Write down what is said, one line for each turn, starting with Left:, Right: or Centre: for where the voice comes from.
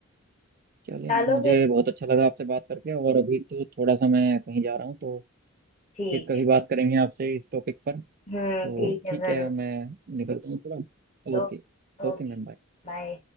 Right: चलिए
Left: चलो
Right: मैम मुझे
Left: फिर
Right: बहुत अच्छा लगा आपसे बात करके और अभी तो थोड़ा सा मैं कहीं जा रहा हूँ तो
Left: ठीक
Right: फिर कभी
Left: है
Right: बात करेंगे आपसे इस टॉपिक पर
Left: हम्म
Right: तो
Left: ठीक है
Right: ठीक
Left: जरूर
Right: है मैं निकलता हूँ थोड़ा
Left: ओ-
Right: ओके
Left: ओके
Right: Okay ma'am bye
Left: बाय